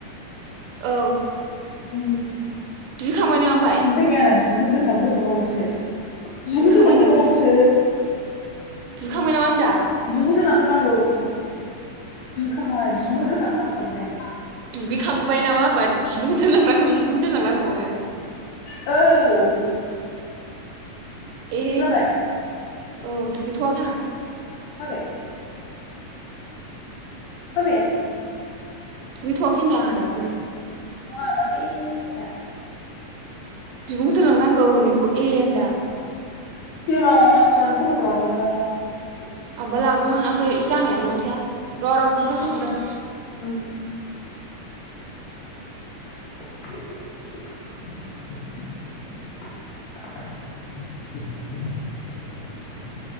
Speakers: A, on the right (about 80°); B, on the left (about 80°).
A: औ
B: उम
A: दुगैखांबाय नों ओमफाय
B: <unintelligible> दोनलां गोरबावनौसो बिब'खौ
A: दुगैखांबाय
B: दोनलां गोरबावनांगौसो।
A: नों दुगैखांबाय नामा होन्दां?
B: बिब'खौ दोनलां ग्रोनांगौ दुगैखांबाय बिबुंखौ दोलांगोरनांगौ ओमफाय
A: दुगैखांबाय नामा होमबा बिबुंखौ दोनलांनांगौ, बिबुंनो दोनलांनांगौनो।
B: औ
A: ए
B: खोनाबाय
A: औ दुगैथ'वाखै आंहा।
B: माबे? माबे?
A: दुगैथ'आाखै होनदां आंहा दाबबो।
B: नङा माथो इहि इहि होना?
A: बिबुंखौ दोनलांनांगौ होननायखौ ए होनदां।
B: <unintelligible>
A: आंबा लागौमोन ओमफाय जांगियानो न'आवनो थाया र' र' खन्थाइ फन हादों।
B: उम <inaudible>